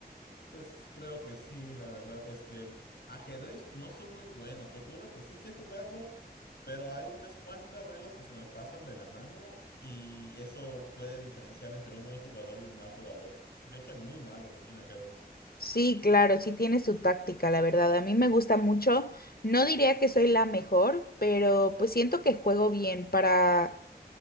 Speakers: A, on the left; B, on the left.
A: Pues creo que sí, la verdad. Este, ajedrez no soy muy bueno, te juro que sí sé jugarlo, pero hay unas cuantas reglas que se me pasan de la mano y eso puede diferenciar entre un buen jugador y un mal jugador. Yo soy muy malo en, en ajedrez.
B: Sí, claro, sí tiene su táctica, la verdad. A mí me gusta mucho. No diría que soy la mejor, pero pues siento que juego bien. Para,